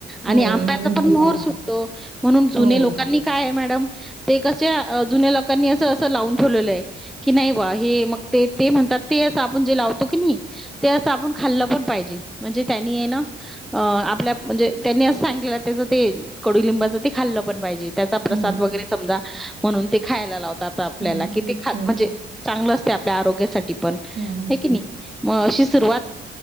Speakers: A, on the right; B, in the centre.
A: हो.
B: आणि आंब्याचा
A: नवीनता.
B: पण मोहर सुटतो- म्हणून जुने
A: हो,
B: लोकांनी काय आहे मॅडम- ते क जुन्या लोकांनी अस अस लावून ठेवलेलं आहे की, नाही बा हे मग ते म्हण- तर ते असं आपण जे लावतो की नी ते असं आपण खाल्लं पण पाहिजे, म्हणजे त्यांनी आहे ना, अ आपल्या म्हणजे त्यांनी असं सांगितलं- ते कडुलिंबाचं ते खाल्लं पण पाहिजे त्याचा प्रसाद
A: हो.
B: वगैरे समजा, म्हणून ते खायला लावतात आपल्याला
A: हो,
B: कि
A: हो,
B: ते ख
A: हो,
B: म्हणजे चांगल- आपल्या आरोग्यासाठी पण
A: हो.
B: हाय की नि म अशीच- सुरुवात